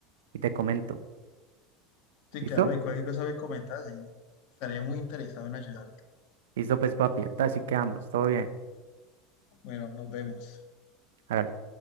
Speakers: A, on the right (about 75°); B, on the left (about 60°).
A: y te comento.
B: Sí,
A: ¿Listo?
B: claro, y cualquier cosa me comentas ahí. Estaría muy interesado en ayudarte.
A: Listo, pues papi. Entonces así quedamos. Todo bien.
B: Bueno, nos vemos.
A: hágale.